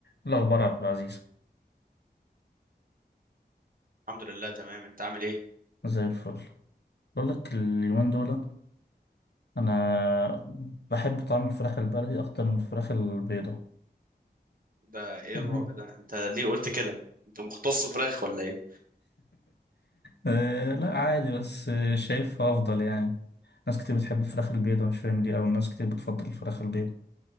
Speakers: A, on the left; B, on the right.
A: الأخبار يا عبد العزيز
B: الحمد لله تمام انت عامل ايه
A: زي الفل بقول لك اليومين دول أنا بحب طعم الفراخ البلدي أكتر من الفراخ البيضة
B: ده ايه
A: يعني.
B: الرعب
A: <laughs>
B: ده انت ليه قلت كده انت مختص فراخ ولا ايه
A: آه، لا عادي بس شايفها أفضل يعني ناس كتير بتحب الفراخ البيضة مش فاهم ليه أو الناس كتير بتفضل الفراخ البيضة